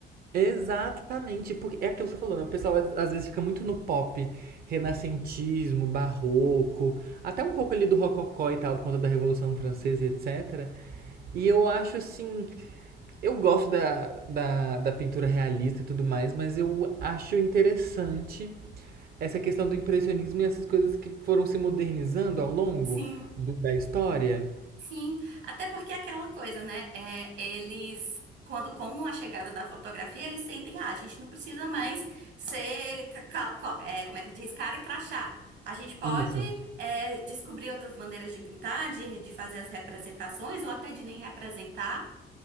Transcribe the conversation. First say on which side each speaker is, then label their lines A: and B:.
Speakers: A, on the right; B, on the right.
A: Exatamente, porque é aquilo que você falou, né? O pessoal às- às vezes fica muito no pop, renascentismo, barroco, até um pouco ali do rococó e tal, por conta da Revolução Francesa e etc. E eu acho assim, eu gosto da, da, da pintura realista e tudo mais, mas eu acho interessante essa questão do impressionismo e essas coisas que foram se modernizando ao longo
B: Sim,
A: do- da história.
B: sim. Até porque é aquela coisa, né? É, eles, quando com a chegada da fotografia, eles sentem: Ah, a gente não precisa mais ser, ca- ca- co- é, como é que diz, cara e crachá. A gente pode
A: Isso.
B: é, descobrir outras maneiras de pintar, de, de fazer as representações, ou até de nem representar.